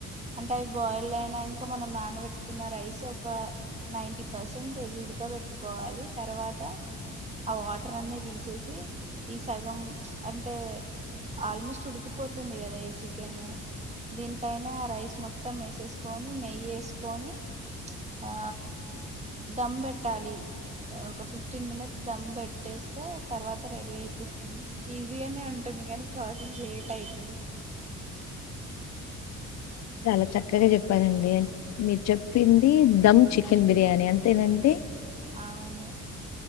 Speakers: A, on the right; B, on the left.
A: అంటే అవి బాయిల్డ్ అయినంక మనం నానబెట్టుకున్న రైస్ ఒక నైంటీ పర్సెంటేజ్ ఉడకబెట్టుకోవాలి తర్వాత ఆ వాటర్ అన్ని తీసేసి ఈ సగం అంటే ఆల్మోస్ట్ ఉడికిపోతుంది గదా ఈ చికెన్ దీనిపైనే ఆ రైస్ మొత్తం ఎసేసుకొని నెయ్యేసుకొని ఆ దమ్ బెట్టాలి ఒక ఫిఫ్టీన్ మినిట్స్ దమ్ పెట్టేస్తే తర్వాత రెడీ అయి పోతుంది ఈజీగానే ఉంటుంది కానీ ప్రాసెస్ లేట్ అయితది <inaudible>
B: చాలా చక్కగా చెప్పారండి మీరు చెప్పింది దమ్ చికెన్ బిర్యానీ అంతేనండి
A: అవును